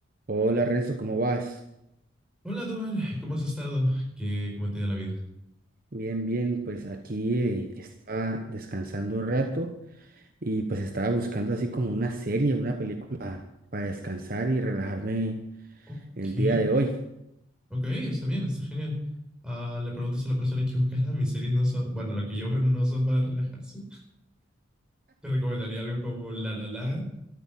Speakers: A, on the right; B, in the centre.
A: Hola Renzo, ¿cómo vas?
B: Hola, Duan, ¿cómo has estado? ¿Qué, cómo te ha ido la vida?
A: Bien, bien, pues aquí eh, estaba descansando un rato y pues estaba buscando así como una serie, una película para descansar y relajarme
B: Ok,
A: el día de hoy. <laughs>
B: ok, está bien, está genial. Ah, le preguntas a la persona equivocada, mis series no son, bueno, lo que yo veo no son para relajarse. Te recomendaría algo como La La Land